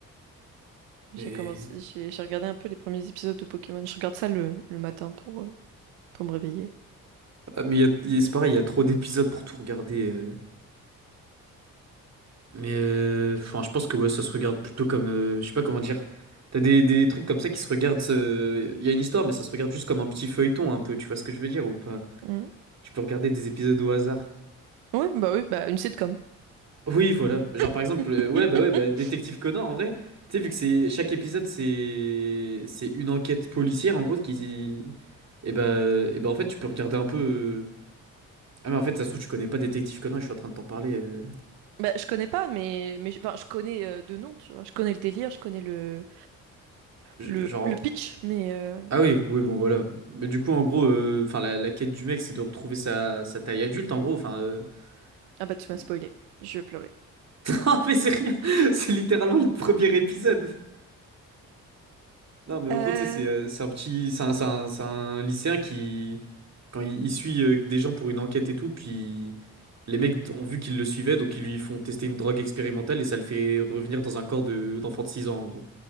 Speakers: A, on the right; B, on the right.
A: J'ai
B: Mais...
A: commencé, j'ai j'ai regardé un peu les premiers épisodes de Pokémon. Je regarde ça le, le matin pour, euh, pour me réveiller.
B: Ah, mais il y a- il y a- c'est pareil, il y a trop d'épisodes pour tout regarder. euh. Mais euh, enfin, je pense que ouais, ça se regarde plutôt comme. euh, je sais pas comment dire. T'as des, des trucs comme ça qui se regardent. euh, Il y a une histoire, mais ça se regarde juste comme un petit feuilleton un peu. Tu vois ce que je veux dire ou pas?
A: Mhm.
B: Tu peux regarder des épisodes au hasard.
A: Ouais, bah oui, bah une sitcom.
B: Oui, voilà. Genre
A: <laughs>
B: par exemple, euh, ouais, bah ouais, bah, Détective Conan en vrai. Tu sais, vu que c'est chaque épisode, c'est c'est une enquête policière en gros qui. Et bah, et bah en fait, tu peux regarder un peu. euh, Ah mais en fait, ça se trouve, tu connais pas Détective Conan, je suis en train de t'en parler. euh,
A: Bah, je connais pas, mais, mais je- enfin, je connais euh, de nom, tu vois. Je connais le délire, je connais le, le,
B: Genre,
A: le pitch, mais... euh,
B: Ah oui, oui, bon voilà. Mais du coup, en gros, euh, enfin la, la quête du mec, c'est de retrouver sa, sa taille adulte, en gros. Enfin, euh,
A: Ah bah tu
B: <laughs>
A: m'as spoilé, je vais pleurer.
B: non, mais c'est rien. <laughs> C'est littéralement le premier épisode. Non, mais en
A: Euh...
B: gros, tu sais, c'est euh, c'est un petit, c'est un, c'est un- c'est un lycéen qui, quand il, il suit euh, des gens pour une enquête et tout, puis les mecs d- ont vu qu'il le suivait, donc ils lui font tester une drogue expérimentale et ça le fait revenir dans un corps de d'enfant de 6 ans, en gros.